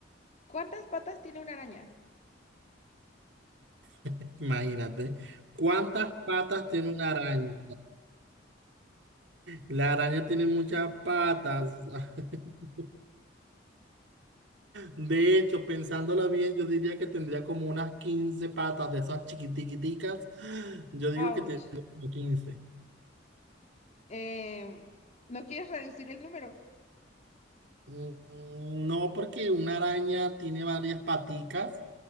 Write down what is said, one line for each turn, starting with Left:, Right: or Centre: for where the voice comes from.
Left: ¿Cuántas patas tiene una araña?
Right: <laughs> Imagínate. ¿Cuántas patas tiene una araña? La araña tiene muchas patas. <laughs> De hecho, pensándolo bien, yo diría que tendría como unas 15 patas de esas chiquitiquiticas. Yo digo
Left: Ouch.
Right: que tiene como 15.
Left: Eh, ¿no quieres reducir el número?
Right: Mm, No, porque una araña tiene varias paticas